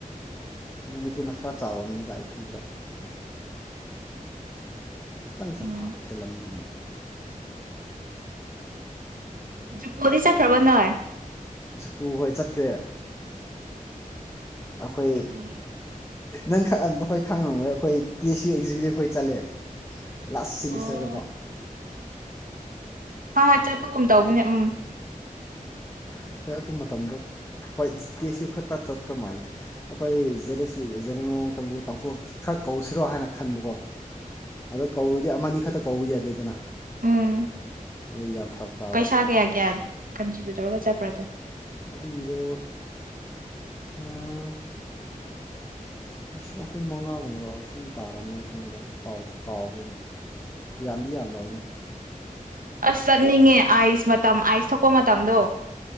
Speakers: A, on the left; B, on the right.
A: ꯃꯅꯤꯄꯨꯔꯅ ꯈꯔ ꯆꯥꯎꯔꯕꯔꯕꯅꯤꯗ ꯑꯩ ꯈꯟꯕꯗ ꯈꯤꯇꯪꯁꯦ
B: ꯎꯝ
A: ꯍꯥ ꯍꯦꯜꯂꯝꯅꯤ
B: ꯖꯨꯀꯣꯂꯤ ꯆꯠ ꯈ꯭ꯔꯕ ꯅꯣꯏ
A: ꯖꯨꯀꯨ ꯍꯣꯏ ꯆꯠꯈ꯭ꯔꯦ ꯑꯩꯈꯣꯏ
B: ꯆꯠꯅꯤꯡꯉꯦ
A: ꯅꯪ ꯈ ꯑꯩꯈꯣꯏ ꯈꯪꯉꯝꯔꯣꯢ ꯑꯩꯈꯣꯏ ꯇꯤ ꯁꯤ ꯑꯦꯛꯖꯤꯀ꯭ꯌꯨꯇꯤꯚ ꯍꯣꯏ ꯆꯠꯂꯦ ꯂꯥꯁ ꯁꯤꯦꯃꯤꯁꯇꯔꯗꯀꯣ
B: ꯑꯣ ꯍ ꯍꯣꯏ ꯆꯠꯄꯒꯨꯝ ꯇꯧꯕꯅꯦ ꯎꯝ
A: ꯑꯩꯈꯣꯏ ꯑꯗꯨ ꯃꯇꯝꯗꯣ ꯍꯣꯏ ꯇꯦꯁꯨ ꯈꯔꯛꯇ ꯆꯠꯄ꯭ꯔ ꯃꯥꯜꯂꯦ ꯑꯩꯈꯣꯏꯦ ꯖꯔꯦꯁꯨ ꯖꯦꯔꯣꯡꯉꯩ ꯀꯥꯡꯒꯨ ꯇꯥꯡꯈꯨ ꯈꯔ ꯀꯧꯁꯤꯔꯣ ꯍꯥꯏꯅ ꯈꯟꯕꯀꯣ ꯑꯗꯣ ꯀꯧꯔꯨꯗꯤ ꯑꯃꯅꯤ ꯑ ꯈꯛꯇ ꯀꯧꯕ ꯌꯥꯗꯦꯗꯅ
B: ꯎꯝ
A: ꯑꯗ ꯌꯥꯝ ꯐꯔꯛ ꯇꯥꯕ
B: ꯄꯩꯁꯥ ꯀꯌꯥ ꯀꯌꯥ ꯀꯟꯇ꯭ꯔꯤꯕ꯭ꯌꯨꯠ ꯇꯧꯔꯒ ꯆꯠꯄ꯭ꯔꯥ ꯑꯗꯣ
A: ꯑꯗꯨꯢꯗꯣ ꯑꯥ ꯂꯤꯁꯤꯡ ꯑꯍꯨꯝ ꯃꯉꯥꯒꯨꯝꯕꯔꯣ ꯁꯨꯝ ꯇꯥꯔꯝꯃꯦ ꯈꯟꯕ ꯀꯥꯎꯕꯨ ꯀꯥꯎꯈ꯭ꯔꯦꯅꯦ ꯌꯥꯝꯗꯤ ꯌꯥꯝꯗꯕꯅꯦ
B: ꯑꯁ ꯆꯠꯅꯤꯡꯉꯦ ꯑꯥꯏꯁ ꯃꯇꯝ ꯑꯥꯏꯁ ꯊꯣꯛꯄ ꯃꯇꯝꯗꯣ